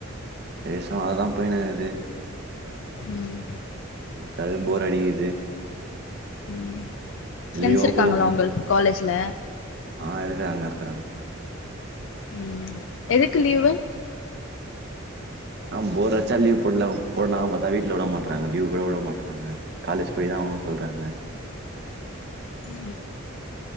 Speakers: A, on the right; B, on the left.
A: ஏ ஸாம் அதுதா போய்னுருக்குது
B: ம்
A: எதாவது போர் அடிக்குது
B: ம் ஃப்ரெண்ட்ஸ்
A: லீவோ
B: இருக்காங்களா
A: குடுக்கமாட்ற
B: உங்களுக்கு காலேஜ்ல
A: ஆ இருக்க அங்க இரு கரங்க
B: உ எதுக்கு லீவு
A: ஆ போர் வச்சா லீவ் போடல போடலானு பார்த்தா வீட்டுல விட மாட்டறாங்க லீவ் கூட விட மாட்டறாங்க காலேஜ் போய் தா அவனு சொல்றாங்க
B: உ